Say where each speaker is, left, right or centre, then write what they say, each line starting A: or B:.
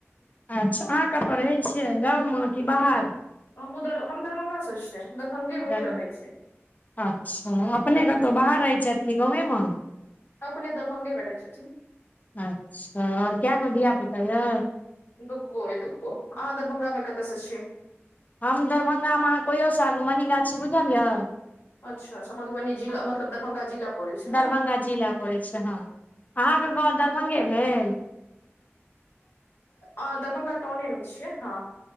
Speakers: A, on the left (about 35°); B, on the left (about 60°).
A: अच्छा अहाँ कतय रहैत छियै गाम म कि बाहर
B: हम उर हम दरभंगा स छियै दरभंगे मे
A: दरभंगा।
B: रहै छियै
A: अच्छा अपने कतहु बाहर रहैत छथि कि गाँवे म
B: अपने दरभंगे में रहै छथिन
A: अच्छा आओर क‌ए गो धिया पुता य
B: दुगो ए दुगो अहाँ दरभंगा मे कतय से छी
A: हम दरभंगामे अहाँ कहियोसँ आगू मनी गाछ बुझल य
B: अच्छा अच्छा मधुबनी जिला मतलब दरभंगा जिला पड़ै छै ने
A: दरभंगा जिला पड़ैत छै हँ अहाँके गाँव दरभंगे भेल
B: ह दरभंगा टाउनेमे छियै हँ